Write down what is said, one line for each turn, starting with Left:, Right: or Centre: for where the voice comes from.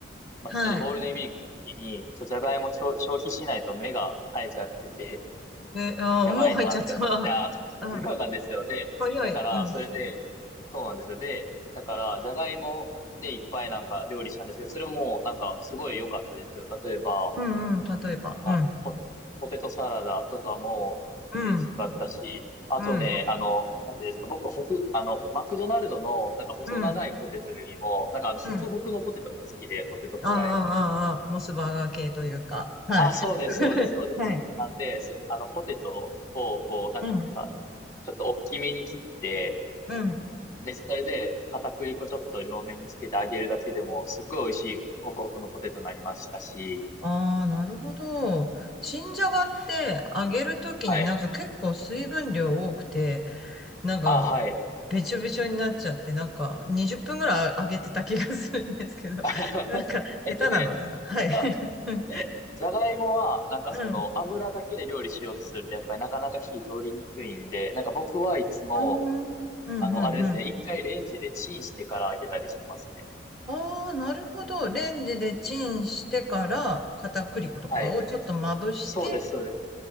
Left: まあ、
Centre: はい。
Left: ちょっとゴールデンウィークの時に、ちょ、じゃがいも消消費しないと目が生えちゃってて、
Centre: え、ああ、
Left: やばいなって思って、
Centre: もう入っちゃった。
Left: あー、
Centre: <laughs> うん。
Left: そうなんですよ。で、
Centre: 早い。
Left: だから、
Centre: うん。
Left: それで、そうなんですよ。で、だから、じゃがいもでいっぱいなんか料理したんですけど、それもなんかすごい良かったですよ。例えば、
Centre: うんうん、例えば、
Left: なんかポ、
Centre: うん、
Left: ポテトサラダとかもいいですよかったし、
Centre: うん、
Left: あとね、
Centre: うん、
Left: あの、なんていうんですか、僕、ホク、あの、マクドナルドのなんか細長いポテトよりも、
Centre: うん、
Left: なんかあの、ホクホクのポテトが好きで、
Centre: うん。
Left: ポテトフライ。
Centre: ああ、ああ、ああ、モスバーガー系というか、はい。
Left: あ、そうです、
Centre: <laughs>
Left: そうです、そうです。
Centre: はい。
Left: なんで、そ、あの、ポテトを、こう、なんていうんですか、
Centre: うん、
Left: ちょっと大きめに切って、
Centre: うん。
Left: で、それで、片栗粉ちょっと両面につけて揚げるだけでも、すっごい美味しい、ホクホクのポテトになりましたし、
Centre: ああ、なるほど。新じゃがって揚げるときになんか結構水分量多くて、
Left: はい。
Centre: なんか
Left: あ、はい。
Centre: べちょべちょになっちゃって、なんか20分ぐらい揚げてた気がするんですけど、
Left: <laughs>
Centre: <laughs> なんか下手なのかな。
Left: えっとね、
Centre: はい。
Left: なんか、
Centre: <laughs> うん。
Left: え、じゃがいもは、なんかその、
Centre: うん。
Left: 油だけで料理しようとすると、やっぱりなかなか火通りにくいんで、なんか僕はいつも、
Centre: うん。うん、
Left: あの、
Centre: うん、
Left: あれですね、
Centre: うん。
Left: 一回レンジでチンしてから揚げたりしてますね。
Centre: ああ、なるほど。レンジでチンしてから、片栗粉とかをちょっとまぶして、
Left: はい。そうです、そうです。